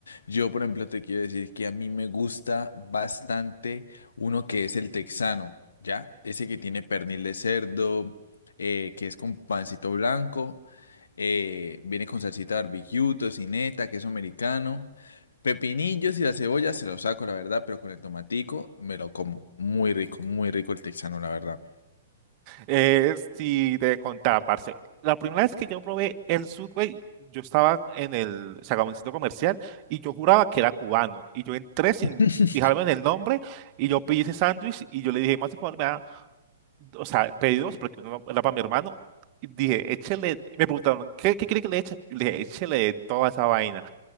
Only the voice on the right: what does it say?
Eh, si te contaba, parce. La primera vez que yo probé el Subway, yo estaba en el, o sea, como en el centro comercial y yo juraba que era cubano. Y yo entré sin
fijarme en el nombre y yo pedí ese sándwich y yo le dije, más de favor, me da, o sea, pedí dos porque uno era para mi hermano. Y dije, échele, me preguntaron, ¿qué, qué quiere que le eche? Y le dije, échele toda esa vaina.